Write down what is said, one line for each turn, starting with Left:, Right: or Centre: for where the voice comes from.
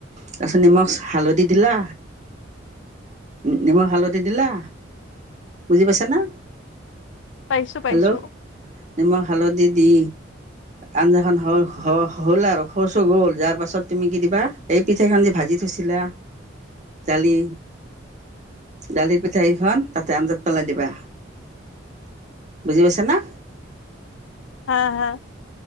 Right: তাচত নিমখ হালধি দিলা নিমখ হালধি দিলা বুজি পাইছা না।
Left: পাইছো
Right: হেল্ল'
Left: পাইছো
Right: নিমখ হালধি দি আঞ্জাখন হ-হহ-হ'ল আৰু শচ গ'ল তাৰ পাছত তুমি কি দিবা? এই পিঠাখন যে ভাজি থৈছিলা, দালি দালিৰ পিঠা কেইখন তাতে আঞ্জাত পেলাই দিবা। বুজি পাইছা না'।
Left: হা হা।